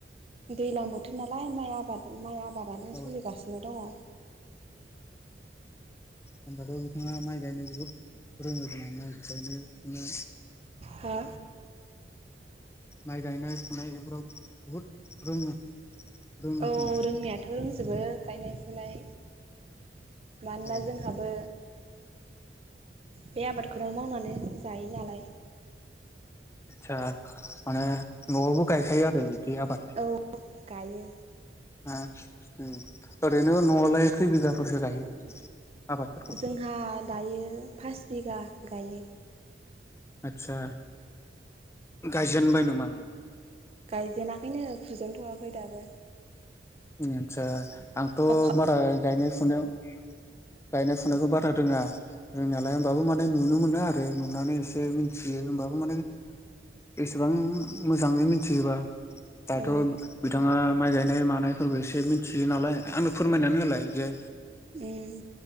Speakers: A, on the right; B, on the left.
A: दैलां बोथोर नालाय माइ आबाद माइ आबाद बादानो
B: औ
A: सोलिगासिनो दङ' <inaudible>
B: होनबाथ' बिथाङा माइ गायनो बुहुद रोङो खोमा माइ गायनो फुनो
A: हो
B: माइ गायनाय फुनाय बेफोराव बुहुद रोङो रोङो
A: औ
B: खोमा
A: रोंनायाथ' रोंजोबो गायनाय फुनाय मानोना
B: औ
A: जोंहाबो बे आबादखौनो मावनानै जायो नालाय
B: आतसा माने नआवबो गायखायो आरो आबाद
A: औ गायो
B: <unintelligible> उम ओरैनो नआवलाय खै बिगाफोरसो गायो आबादफोरखौ
A: जोंहा दायो फास बिगा गायो
B: आदसा गायजेनबाय नामा
A: गायजेनाखैनो फुजेनथ'आखै दाबो
B: ओम आतसा आंथ'
A: अखा
B: बारा गायनाय फुनायाव गायनाय फुनायखौ बारा रोङा रोंनायालाय होमबाबो माने नुनो मोनो आरो नुनानै एसे मिनथियो बाबो माने एसेबां मोजाङै मिन्थिजोबा दाथ'
A: औ
B: बिथाङा माइ गायनाय मानाय फोरबो एसे मिथियो नालाय आंनो फोरमायनानै होलाय जे
A: उम